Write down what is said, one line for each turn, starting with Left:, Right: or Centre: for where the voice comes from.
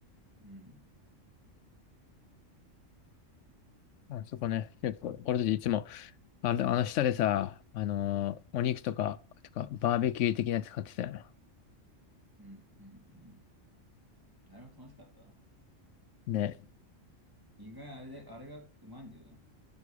Right: うん。
Left: あそこね、結構、俺たちいつも、あの、あの下でさ、あのーお肉とか、とか、バーベキュー的なやつ買ってたよな。
Right: うん、うん、あれも楽しかったな。
Left: ね。
Right: 意外あれで、あれがうまいんだよな。